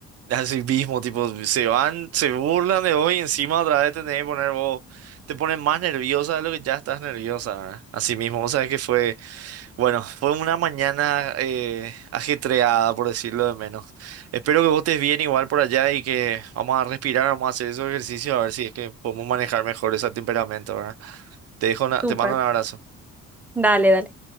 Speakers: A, on the right; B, in the centre.
A: Así mismo, tipo, se van, se burlan de hoy y encima otra vez te tenés que poner vos, te pones más nerviosa de lo que ya estás nerviosa, ¿verdad? Así mismo, vos sabés que fue, bueno, fue una mañana eh, ajetreada, por decirlo de menos. Espero que vos estés bien igual por allá y que vamos a respirar, vamos a hacer esos ejercicios a ver si es que podemos manejar mejor ese temperamento, ¿verdad? Te dejo una-
B: Súper.
A: te mando un abrazo.
B: Dale, dale.